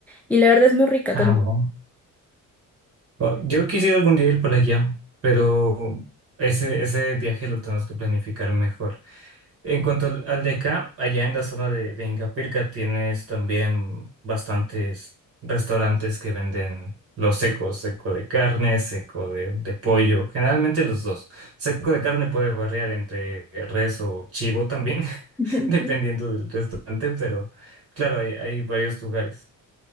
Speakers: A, in the centre; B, on the right.
A: Y la verdad es muy rica
B: Ah,
A: también.
B: bueno. Oh, Yo quisiera algún día ir para allá, pero ese, ese viaje lo tenemos que planificar mejor. En cuanto al al de acá, allá en la zona de, de Ingapirca tienes también bastantes restaurantes que venden los secos, seco de carne, seco de, de pollo, generalmente los dos. Seco de carne puede variar entre res o chivo también, <laughs>
A: <laughs>
B: dependiendo del restaurante, pero claro, hay, hay varios lugares.